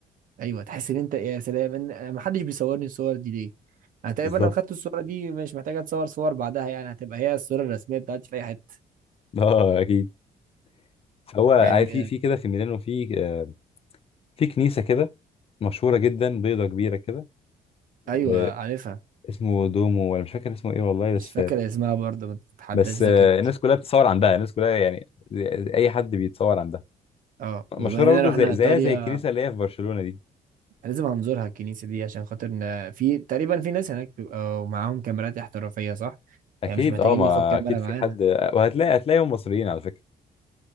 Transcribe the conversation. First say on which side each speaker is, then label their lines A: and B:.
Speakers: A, on the right; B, on the left.
A: ايوه تحس ان انت يا سلام ان ما حدش بيصورني الصور دي ليه انا تقريبا
B: بالظبط
A: لو خدت الصوره دي مش محتاجه اتصور صور بعدها يعني هتبقى هي الصوره الرسميه بتاعتي في اي حته
B: اه اكيد فهو عارف
A: يعني م-
B: في في كده في ميلانو في آه، في كنيسه كده مشهوره جدا بيضه كبيره كده
A: ايوه
B: آه،
A: عارفها
B: اسمه دومو ولا مش فاكر اسمه ايه والله
A: مش
B: بس
A: فاكر اسمها برضه ما تتحداش
B: بس
A: ذاكرتي
B: آه، الناس كلها بتتصور عندها الناس كلها يعني زي- اي حد بيتصور عندها
A: اه وبما
B: مشهوره
A: اننا
B: برضه
A: رحنا
B: زي
A: ايطاليا
B: زيها زي الكنيسه اللي هي في برشلونه دي
A: لازم هنزورها الكنيسه دي عشان خاطر إن في تقريبا في ناس هناك بيبقوا معاهم كاميرات احترافيه صح
B: اكيد
A: يعني مش محتاجين
B: اه ما
A: ناخد كاميرا
B: اكيد في
A: معانا
B: حد وهتلاقي هتلاقيهم مصريين على فكره